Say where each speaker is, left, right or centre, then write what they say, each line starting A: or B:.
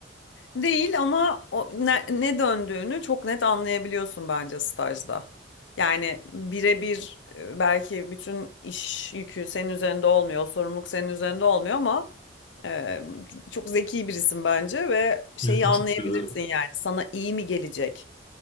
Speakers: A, on the left (about 80°); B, on the left (about 30°).
A: Değil ama o ne, ne döndüğünü çok net anlayabiliyorsun bence stajda. Yani birebir e, belki bütün iş yükü senin üzerinde olmuyor, sorumluluk senin üzerinde olmuyor ama e, çok zeki birisin bence ve şeyi
B: <laughs> Teşekkür
A: anlayabilirsin
B: ederim.
A: yani sana iyi mi gelecek